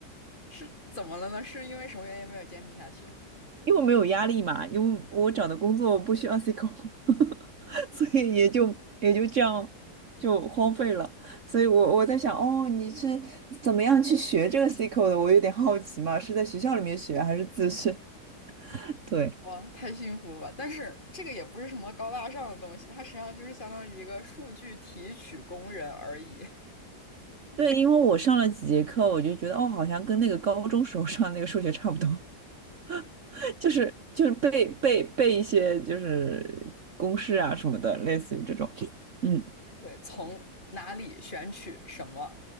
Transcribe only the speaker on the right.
因为我没有压力嘛，因为我找的工作不需要呵呵呵，<laughs> 所以也就也就这样就荒废了。所以我我在想，哦，你是怎么样去学这个 C 口的？我有点好奇嘛，是在学校里面学还是自学？<laughs> 对。
对，因为我上了几节课，我就觉得哦，好像跟那个高中时候上的那个数学差不多，<laughs> 就是就是背背背一些就是公式啊什么的，类似于这种。嗯。